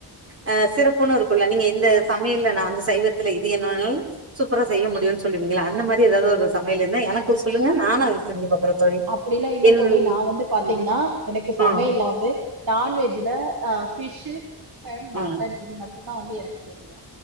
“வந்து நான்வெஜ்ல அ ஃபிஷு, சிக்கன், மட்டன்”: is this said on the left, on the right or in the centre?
Right